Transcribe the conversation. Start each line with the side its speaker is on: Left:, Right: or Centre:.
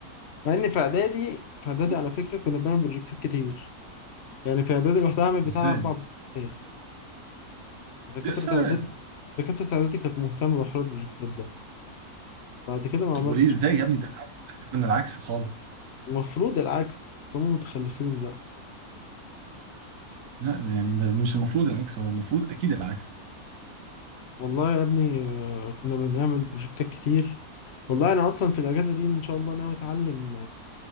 Left: مع ان في اعدادي في اعدادي
Right: مم.
Left: على فكره كنا بنعمل بروجكتات كتير يعني في اعدادي لوحدها اعمل بتاع
Right: ازاي
Left: اربع بروجكتات دكاتره
Right: يا سلام
Left: اعدادي دكاتره اعدادي كانت مهتمه بحوار البروجكتات ده بعد كده ما عملتش
Right: وليه ازاي يا ابني ده العكس ده احنا كنا العكس خالص
Left: المفروض العكس بس هم متخلفين بقى
Right: لا يعني ده مش المفروض العكس هو المفروض اكيد العكس
Left: والله يا ابني آه، كنا بنعمل بروجكتات كتير والله انا اصلا في الاجازه دي ان شاء الله ناوي اتعلم